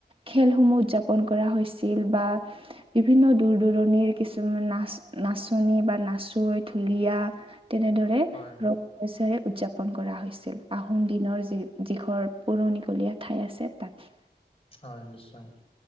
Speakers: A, on the right; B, on the left.
A: খেলসমূহ উৰ্দযাপন কৰা হৈছিল বা- বিভিন্ন দূৰ দূৰণিৰ কিছুমান নাচ নাচনী বা নাচৈ ঢুলীয়া- তেনেদৰে
B: হয়
A: ৰৰে উদযাপন কৰা হৈছিল আহোম দিনৰ যি যিখনৰ- পুৰণিকলীয়া ঠাই আছে তাত-
B: হয় নিশ্চয়।